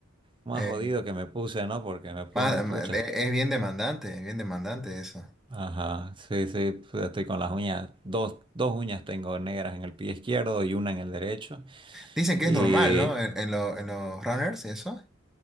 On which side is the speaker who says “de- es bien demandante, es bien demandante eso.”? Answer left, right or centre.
Centre